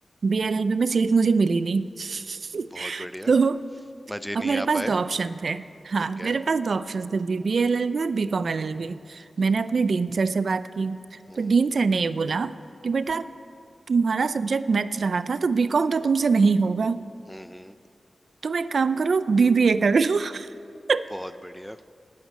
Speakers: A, on the right; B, in the centre.
A: बीएलएलबी में सीट मुझे मिली नहीं <laughs>
B: बहुत बढ़िया
A: तो
B: मजे
A: अब
B: नहीं
A: मेरे
B: आ
A: पास
B: पाए
A: दो ऑप्शन थे हाँ
B: ठीक है
A: मेरे पास दो ऑप्शन थे B B L L B और B com L L B मैंने
B: हम्म
A: अपने डीन सर से बात की
B: हम्म।
A: तो डीन सर ने ये बोला कि बेटा तुम्हारा सब्जेक्ट मैथ्स रहा था तो बी कॉम तो तुमसे नहीं होगा
B: हुँ,
A: तुम एक काम करो बीबीए कर लो <laughs>
B: बहुत बढ़िया।